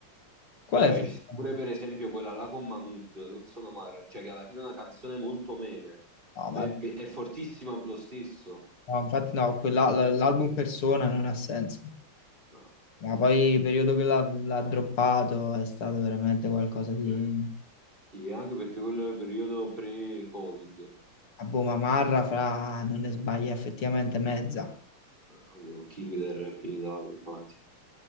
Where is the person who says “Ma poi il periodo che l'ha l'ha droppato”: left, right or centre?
Left